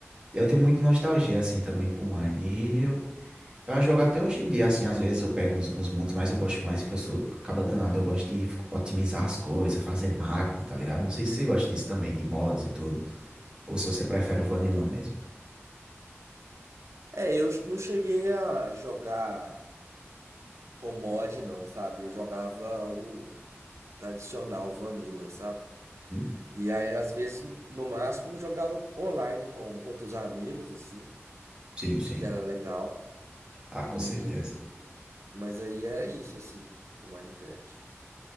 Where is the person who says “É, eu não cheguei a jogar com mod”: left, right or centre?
Right